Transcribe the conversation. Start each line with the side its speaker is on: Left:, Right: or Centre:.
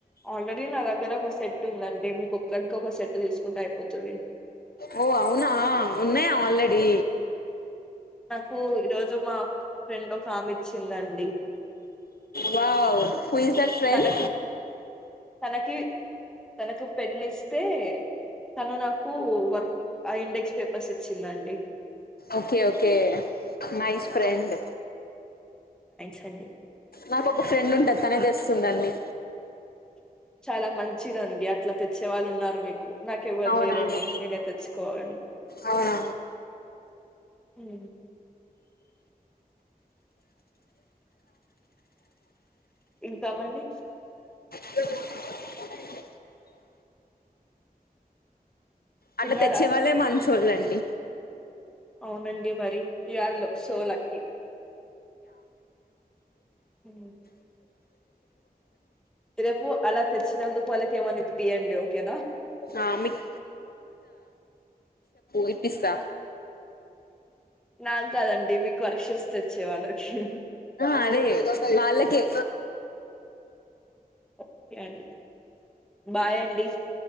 Centre: ఆల్రెడి నాదగర కస సెట్ ఉంద అంటే మీకు ఒక్కడికి ఒక సెట్ తీసుకుంటే అయిపోతుంది.
Left: ఓ అవునా ఉన్నాయా ఆల్రెడీ.
Centre: నాకు ఈరోజు మా ఫ్రెండ్ ఒక ఆమె ఇచ్చిందండి.
Left: Wow who is the friend
Centre: తనకి తనకి తనకు పెన్ ఇస్తే, తను నాకు వర్క్ ఐ ఇండెక్స్ పేపర్స్ ఇచ్చిందండి.
Left: ఓకే ఓకే నైస్ ఫ్రెండ్
Centre: సండి
Left: నాకు ఒక ఫ్రెండ్ ఉంటుంది తనే తెస్తు దాన్ని.
Centre: చాలా మంచిదండి అట్లా తెచ్చే వాళ్ళు ఉన్నారు మీకు. నాకేవ్వరు
Left: అవునవును
Centre: లేరండి. నేనే తెచ్చుకోవాలి.
Left: అవునవును
Centre: హ ఇ కామండి
Left: స <unintelligible> అట్లా
Centre: తిన్నారా
Left: తెచ్చే వాళ్ళే మంచి చూడలెండి
Centre: అవునండి మరి యూ ఆర్ సో లక్కీ ఉమ్ రేపు అలా తెచ్చినందుకు వాళ్ళకి ఏమని ఇయ్యండి ఓకేనా
Left: ఆ మీకు యిప్పిస్తా
Centre: నాకు కదండి మీకు వర్క్షిప్స్ తెచ్చే వాళ్ళకి
Left: ఆ అదే వాళ్ళకే
Centre: ఓకే అండి బాయ్ అండి